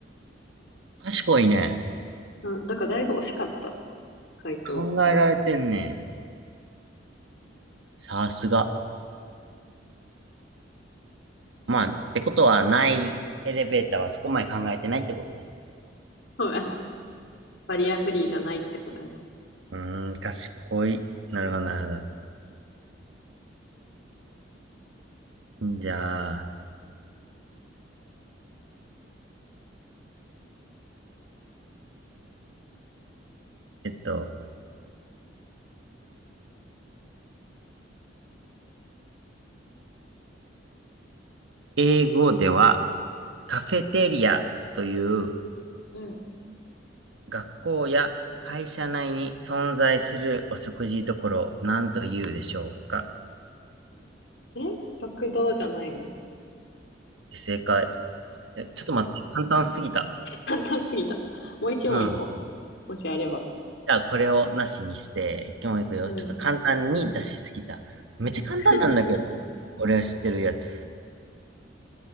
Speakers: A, on the right; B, on the left.
A: 賢いね。
B: うん、だからだいぶ惜しかった、回答。
A: 考えられてんね。さすが。まあ、ってことはない、エレベーターはそこまで考えてないってことね。
B: そうあのバリアフリーじゃないって答えます。
A: うーん、賢い。なるほど、なるほど。じゃあ、えっと、英語ではカフェテリアという
B: うん。
A: 学校や会社内に存在するお食事処を何と言うでしょうか
B: え食堂じゃないの
A: 正解。えちょっと待って、簡単すぎた。
B: 簡単すぎた。もう一問いこ
A: うん。
B: う。もしあれば。
A: じゃあこれをなしにして、今日行くよ。
B: うん。
A: ちょっと簡単に出しすぎた。めっちゃ簡単なんだけど。
B: <laughs>
A: 俺は知ってるやつ。